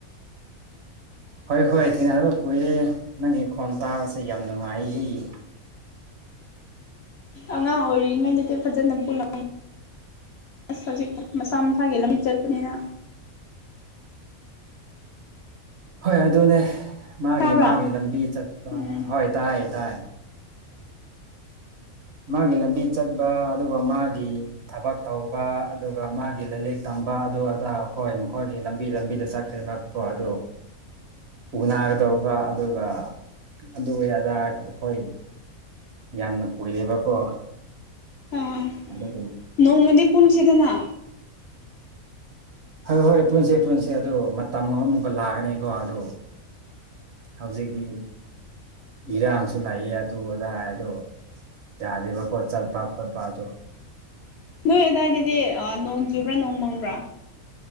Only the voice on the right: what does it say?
ꯍꯣꯏ ꯍꯣꯏ ꯊꯦꯡꯅꯗꯕ ꯀꯨꯏꯔꯦ ꯅꯪꯒꯤ ꯈꯣꯟ ꯇꯥꯕꯁꯦ ꯌꯥꯝ ꯅꯨꯡꯉꯥꯏꯑꯦ <unintelligible>
ꯍꯣꯏ ꯑꯗꯨꯅꯦ ꯃꯥꯒꯤ
ꯃꯥꯒꯤ ꯂꯝꯕꯤ ꯆꯠꯄ
ꯍꯣꯏ ꯇꯥꯌꯦ ꯇꯥꯌꯦ ꯃꯥꯒꯤ ꯂꯝꯕꯤ ꯆꯠꯄ ꯑꯗꯨꯒ ꯃꯥꯒꯤ ꯊꯕꯛ ꯇꯧꯕ ꯑꯗꯨꯒ ꯃꯥꯒꯤ ꯂꯥꯏꯔꯤꯛ ꯇꯝꯕ ꯑꯗꯨ ꯑꯗꯥ ꯑꯩꯈꯣꯏ ꯃꯈꯣꯏꯒꯤ ꯂꯝꯕꯤ ꯂꯝꯕꯤꯗ ꯆꯠꯈ꯭ꯔꯦꯕ ꯀꯣ ꯑꯗꯨ ꯎꯅꯥꯒꯦ ꯇꯧꯕ ꯑꯗꯨꯒ ꯑꯗꯨ ꯑꯗꯥ ꯑꯈꯣꯏ ꯌꯥꯝꯅ ꯀꯨꯏꯔꯦꯕꯀꯣ
ꯑꯗꯨꯒꯤꯅꯤ
ꯍꯣꯏ ꯍꯣꯏ ꯄꯨꯟꯁꯦ ꯄꯨꯟꯁꯦ ꯑꯗꯨ ꯃꯇꯝ ꯑꯃꯃꯨꯛꯀ ꯂꯥꯛꯒꯅꯤꯀꯣ ꯑꯗꯨ ꯍꯧꯖꯤꯛꯇꯤ ꯏꯔꯥꯡꯁꯨ ꯂꯥꯛꯏ ꯑꯗꯨ ꯑꯗꯥ ꯑꯗꯣ ꯌꯥꯗꯦꯕꯀꯣ ꯆꯠꯄ ꯈꯣꯠꯄ ꯑꯗꯨ